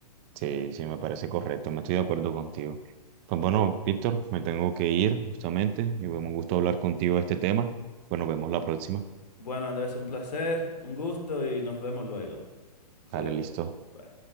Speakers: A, on the right; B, on the left.
A: Sí, sí, me parece correcto, me estoy de acuerdo contigo. Pues bueno, Víctor, me tengo que ir justamente y fue un gusto hablar contigo de este tema. Pues nos vemos la próxima.
B: Bueno, Andrés, un placer, un gusto y nos vemos luego. Cuídate.
A: Dale, listo.
B: Bye.